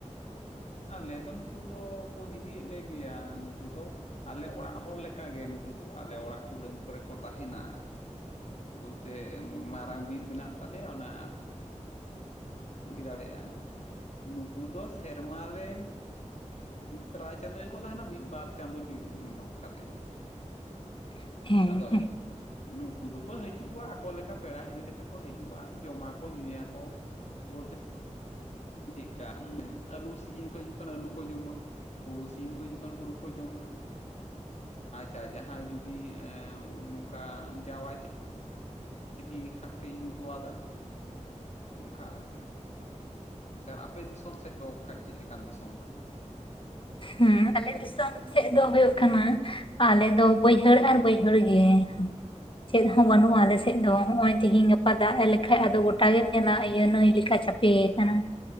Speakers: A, on the left (about 60°); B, on the left (about 45°).
A: ᱟᱞᱮ ᱫᱚ ᱱᱩᱠᱩ ᱫᱚ ᱠᱚ ᱦᱤᱨᱤᱭᱮᱫ ᱞᱮᱜᱮᱭᱟ ᱱᱩᱠᱩ ᱫᱚ ᱟᱞᱮ ᱚᱲᱟᱜ ᱦᱚᱲ ᱞᱮᱠᱟᱜᱮ ᱱᱩᱠᱩ ᱫᱚ ᱟᱞᱮ ᱚᱲᱟᱜ ᱠᱩᱰᱟᱹᱢ ᱠᱚᱨᱮ ᱠᱚ ᱛᱟᱦᱮᱱᱟ᱾ ᱵᱚᱞᱛᱮ ᱢᱟᱨᱟᱝ ᱵᱤᱨ ᱢᱮᱱᱟᱜ ᱛᱟᱞᱮᱭᱟ ᱚᱱᱟ ᱫᱟᱲᱮᱭᱟᱜᱼᱟ ᱱᱩᱠᱩ ᱫᱚ ᱥᱮᱨᱢᱟ ᱨᱮ ᱯᱨᱟᱭ ᱪᱟᱸᱫᱚ ᱜᱮᱠᱚ ᱛᱟᱦᱮᱱᱟ ᱢᱤᱫ ᱵᱟᱨ ᱪᱟᱸᱫᱳ ᱵᱟᱫ ᱠᱟᱛᱮᱫ᱾
B: <inaudible> ᱦᱮᱸ
A: ᱟᱫᱚ
B: ᱦᱮᱸ
A: ᱱᱩᱠᱩ ᱫᱚᱠᱚ ᱦᱤᱡᱩᱜᱼᱟ ᱟᱠᱚ ᱞᱮᱠᱟ ᱯᱮᱲᱟ ᱦᱤᱨᱤ ᱞᱮᱠᱟ ᱠᱚ ᱦᱤᱡᱩᱜᱼᱟ ᱡᱚᱢᱟ ᱠᱚ ᱧᱩᱭᱟᱠᱚ᱾ ᱵᱚᱞᱛᱮ ᱪᱮᱫᱠᱟ ᱟᱹᱞᱩ ᱥᱤᱡᱤᱱ ᱠᱚ ᱦᱤᱡᱩᱜ ᱠᱟᱱᱟ ᱟᱹᱞᱩ ᱠᱚ ᱡᱚᱢᱟ᱾ ᱦᱳᱲᱳ ᱥᱤᱡᱤᱱ ᱠᱚ ᱦᱤᱡᱩᱜ ᱠᱷᱟᱱ ᱦᱳᱲᱳ ᱠᱚ ᱡᱚᱢᱟ᱾ ᱟᱪᱪᱷᱟ ᱡᱟᱦᱟᱭ ᱡᱩᱫᱤ ᱮ ᱱᱚᱝᱠᱟ ᱡᱟᱶᱟᱭ ᱛᱮ ᱠᱤ ᱠᱟᱴᱤᱡ ᱧᱩᱸ ᱴᱩᱣᱟᱫᱟ ᱚᱱᱠᱟ ᱟᱨᱠᱤ᱾ ᱛᱚ ᱟᱯᱮ ᱫᱤᱥᱚᱢ ᱥᱮᱫ ᱫᱚ ᱚᱠᱟ ᱪᱮᱫ ᱞᱮᱠᱟᱱ ᱫᱤᱥᱚᱢ ᱠᱟᱱᱟ?
B: ᱦᱩᱸ ᱟᱞᱮ ᱫᱤᱥᱚᱢ ᱥᱮᱫ ᱫᱚ ᱦᱩᱭᱩᱜ ᱠᱟᱱᱟ ᱟᱞᱮ ᱫᱚ ᱵᱟᱹᱭᱦᱟᱹᱲ ᱟᱨ ᱵᱟᱹᱭᱦᱟᱹᱲ ᱜᱮ᱾ ᱪᱮᱫ ᱦᱚᱸ ᱵᱟᱹᱱᱩᱜᱼᱟ ᱟᱞᱮ ᱥᱮᱫ ᱫᱚ ᱱᱚᱜ-ᱚᱭ ᱛᱤᱦᱤᱧ ᱜᱟᱯᱟ ᱫᱟᱜ ᱞᱮᱠᱷᱟᱡ ᱟᱫᱚ ᱜᱚᱴᱟᱜ ᱜᱮᱢ ᱧᱮᱞᱟ ᱤᱭᱟᱹ ᱱᱟᱹᱭ ᱞᱮᱠᱟ ᱪᱟᱯᱮ ᱯᱮ ᱠᱟᱱᱟ